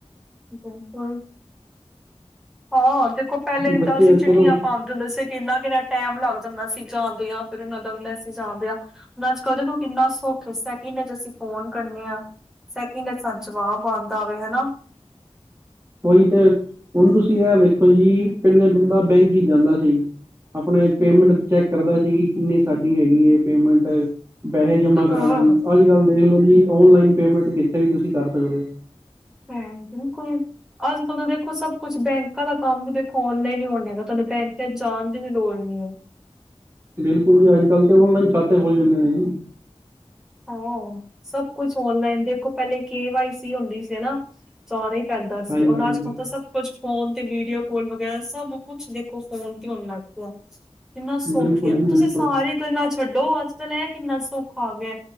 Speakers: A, in the centre; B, on the right.
A: ਬਿਲਕੁਲ, ਹਾਂ। ਦੇਖੋ, ਪਹਿਲੇ,
B: ਬੱਚੇ
A: ਤਾਂ ਅਸੀਂ, ਚਿੱਠੀਆਂ
B: ਚਲੋ
A: ਪਾਉਂਦੇ ਹੁੰਦੇ, ਸੀ ਕਿੰਨਾ -ਕਿੰਨਾ। ਟੈਮ ਲੱਗ ਜਾਂਦਾ ਸੀ, ਜਾਂਦਿਆਂ ਫਿਰ ਉਹਨਾਂ ਦਾ ਹੁੰਦਾ ਸੀ, ਜਾਂਦਿਆਂ ਹੁਣ, ਅੱਜ ਕੱਲ੍ਹ ਦੇਖੋ ਕਿੰਨਾ ਸੁੱਖ ਇੰਨੇ ਤਾਂ, ਅਸੀਂ ਫ਼ੋਨ ਕਰਨੇ ਹਾਂ, ਸੈਕਿੰਡ 'ਚ ਸਾਨੂੰ ਜਵਾਬ ਬੰਦ ਆਵੇ ਹੈਨਾ
B: ਕੋਈ ਤੇ ਹੁਣ, ਤੁਸੀਂ ਇਹ ਵੇਖੋ ਜੀ, ਪਿੰਨੇ ਬੰਦਾ ਬੈਂਕ 'ਚ ਜਾਂਦਾ ਜੀ। ਆਪਣੇ ਪੇਮੈਂਟ
A: ਹੂੰ
B: ਚੈੱਕ ਕਰਦਾ ਸੀ, ਕਿ ਕਿੰਨੀ ਸਾਡੀ ਹੈਗੀ ਹੈ ਪੇਮੈਂਟ ਪੈਸੇ ਜਮਾ
A: ਹਾਂ।
B: ਕਰਾਣਾ, ਅੱਜ ਕੱਲ ਦੇਖ ਲਓ ਜੀ, ਓਨਲਾਈਨ ਪੇਮੈਂਟ, ਕਿੱਥੇ ਵੀ ਤੁਸੀਂ ਕਰ ਸਕਦੇ ਹੋ।
A: <unintelligible> ਅੱਜ ਕੱਲ੍ਹ, ਤਾਂ ਦੇਖੋ, ਸਭ ਕੁਛ ਬੈਂਕਾਂ ਦਾ ਕੰਮ ਵੀ, ਦੇਖੋ, ਔਨਲਾਈਨ ਹੀ ਹੋਣਾ ਹੈਗਾ, ਤੁਹਾਨੂੰ, ਬੈਂਕ ਜਾਣ ਦੀ ਵੀ ਲੋੜ ਨਹੀਂ ਹੈ।
B: ਬਿਲਕੁਲ ਜੀ, ਅੱਜ ਕੱਲ੍ਹ ਤੇ, ਔਨਲਾਈਨ ਖਾਤੇ ਹੋ ਜਾਂਦੇ ਨੇ ਜੀ
A: ਹਾਂ, ਸਭ ਕੁਛ, ਔਨਲਾਈਨ ਦੇਖੋ, ਪਹਿਲੇ ਕੇ ਵਾਈ ਸੀ ਹੁੰਦੀ ਸੀ। ਜਾਨਾ ਈ ਪੈਂਦਾ ਸੀ
B: ਹਾਂਜੀ
A: ਹੁਨ
B: ਹਾਂਜੀ
A: ਅੱਜ-ਕੱਲ ਤਾ ਸਬ ਕੁਛ ਫੋਨ ਤੇ ਵੀਡੀਓ ਕੋਲ ਵਗੈਰਾ ਸਬ ਕੁਛ ਦੇਖੋ ਫੋਨ ਤੇ ਹੋਨ ਲੱਗ ਗਈ। ਕਿੰਨਾ ਸੌਖੇ
B: ਬਿਲਕੁਲ
A: ਆ
B: ਜੀ ਬਿਲਕੁਲ
A: ਤੁਸੀਂ ਸਾਰੀਆਂ ਗੱਲਾਂ ਛੱਡੋ ਅੱਜ-ਕੱਲ ਏ ਕਿੰਨਾ ਸੌਖਾ ਆ ਗੇਆ।